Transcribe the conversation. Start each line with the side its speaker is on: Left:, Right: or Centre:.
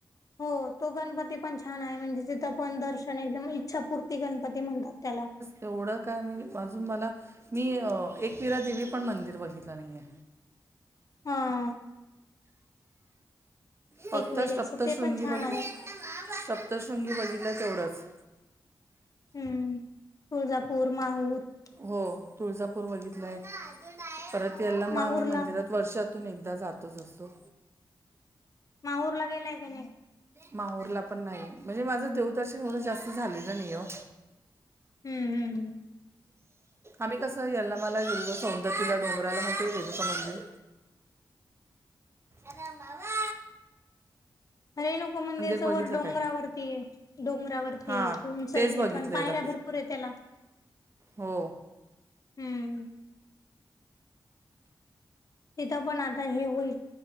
Left: हो तो गणपती पण छान आहे म्हणजे तिथं पण दर्शन एकदम छापूर्ती गणपती म्हणतात त्याला
Right: तेवढं काय म्हणजे अजून मला मी एकविरा देवी पण मंदिर बघितलं नाही आहे.
Left: हा.
Right: फक्त
Left: एकविरेच
Right: सप्तशृंगी
Left: ते पण छान
Right: ब
Left: आहे
Right: सप्तशृंगी बघितलं तेवढंच.
Left: हम्म तुळजापूर माहूर
Right: हो तुळजापूर बघितलंय परत याला मग
Left: माहूरला
Right: आम्ही मंदिरात वर्षातून एकदा जातच असतो.
Left: माहूर ला गेलाय का नाही.
Right: माहूरला पण नाही म्हणजे माझं देवदर्शन एवढं जास्त झालेलं नाही हो.
Left: हम्म हम्म.
Right: आम्ही कसं याल्लमा मला गेलो सौंदतीला डोंगराला माहिती रेणुका मंदिर आराम बाबा.
Left: रेणुका मंदिरच
Right: बघितलं
Left: वर डोंगरावरती
Right: काय
Left: आहे डोंगरावरती
Right: हां
Left: उंच
Right: तेच
Left: येते
Right: बघितलेलं
Left: पण पायऱ्या भरपूर आहे त्याला
Right: हो.
Left: हम्म. तिथं पण आता हे होईल